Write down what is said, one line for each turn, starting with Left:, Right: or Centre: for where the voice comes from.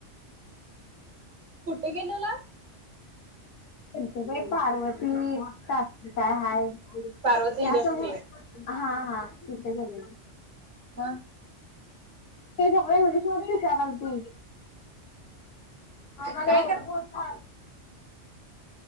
Right: कुठे गेलेला
Left: त बाई पार्वती त काय हाय
Right: पार्वती
Left: त्यासो
Right: इंडस्ट्रीयल
Left: हा हा ते झाले <inaudible>
Right: मग
Left: ते सगळेसचारल ते आम्हाला
Right: काय
Left: एवढं
Right: करा
Left: बोलता आलं नसल